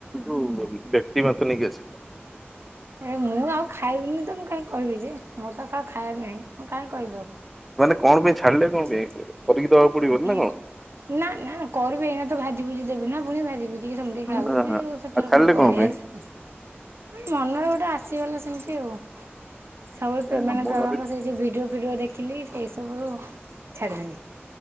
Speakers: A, in the centre; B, on the right.
A: ବ୍ୟକ୍ତିଗତ ନେଇକି ଆସିଲେ
B: ଏ ମୁଁ ଆଉ ଖାଇବିନି ତ ମୁଁ କାହିଁ କହିବି ଯେ ମୁଁ ତ ଖାଏ ନାହିଁ ମୁଁ କାହିଁ କହିବ ଆଉ
A: ମାନେ କଣ ପାଇଁ ଛାଡିଲେ କଣ ପାଇଁ କରିକି ଦବାକୁ ପଡିବନି
B: ନା
A: କଣ
B: ନା ନା କରିବେ ଏଇନା ତ ଭାଜିିଭୁଜି ଦେବି ନା ପୁଣି ଭାଜି ବୁଜିକି ସେମିତିକୁ ଖାଉବାକୁ
A: ହ ହଁ।
B: ସେତେରେ
A: ଆଉ ଛାଡିଲେ
B: କଣ କରିବା
A: ପାଇଁ
B: ସେ ମନରେ ଗୋଟେ ଆସିଗଲା, ସେମିତି ଆଉ ସବୁବେଳେ
A: ନାଇଁ
B: ପ୍ରେମାନନ୍ଦ
A: ଆମ ଘରେ
B: ବାବାଙ୍କ ସେ ଯୋଉ ଭିଡିଓ ଫିଡିଓ ଦେଖିଲି ସେଇ ସବୁ ରୁ ଛାଡିଦେଲି।